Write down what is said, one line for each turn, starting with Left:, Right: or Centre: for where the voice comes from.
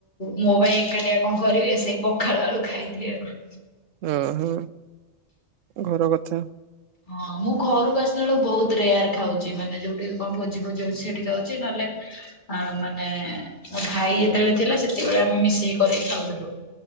Left: ମୋ ପାଇଁ ଏକାଟିଆ କଣ କରିବେ ସେଇ ପଖାଳ ଆଳୁ ଖାଇଦିଏ ଆଉ।
Right: ଓହୋ ଘର କଥା।
Left: ହଁ ମୁଁ ଘରକୁ ଆସିଲା ବେଳକୁ ବହୁତ ରେୟାର ଖାଉଛି ମାନେ ଯୋଉଠି କଣ ଭୋଜି ଫୋଜି ହଉଛି ସେଠି ଖାଉଛି। ନହେଲେ ଆ, ମାନେ ମୋ ଭାଇ ଯେତେବେଳେ ଥିଲା ସେତେବେଳେ ଆମେ ମିଶିକି କରିକି ଖାଉଥିଲୁ।